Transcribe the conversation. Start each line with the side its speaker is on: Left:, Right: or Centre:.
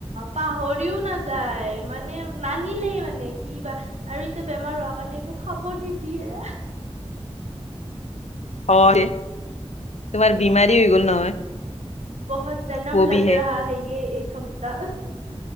Right: পাহৰিও নাযায়, মানে নানিলেই মানে কি বা আৰু এতিয়া বেমাৰ হোৱাৰ কাৰণে একো খাব নিদিয়ে।
Left: হয় তোমাৰ বিমাৰী হৈ গ'ল নহয়।
Right: বহত জনম
Left: ববিহে
Right: লাগ ৰাহা হে য়ে এক হফতা।